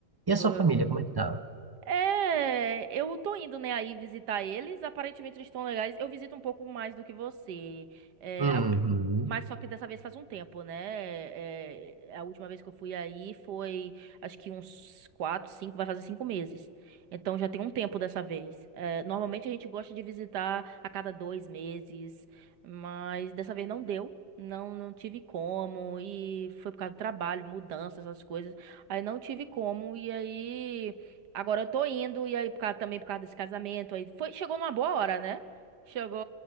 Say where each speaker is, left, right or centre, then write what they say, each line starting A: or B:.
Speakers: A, on the right (about 35°); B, on the right (about 70°).
A: E
B: Tô.
A: a sua família, como é que tá?
B: É, eu tô indo, né, aí visitar eles. Aparentemente eles estão legais. Eu visito um pouco mais do que você. É,
A: Uhum.
B: a- mas só que dessa vez faz um tempo, né? É, é, a última vez que eu fui aí foi, acho que uns quatro, cinco, vai fazer cinco meses. Então já tem um tempo dessa vez. É, normalmente a gente gosta de visitar a cada dois meses, mas dessa vez não deu. Não, não tive como, e foi por causa do trabalho, mudanças, essas coisas. Aí não tive como, e aí. Agora eu tô indo, e aí por causa- também por causa desse casamento, aí foi, chegou numa boa hora, né? Chegou,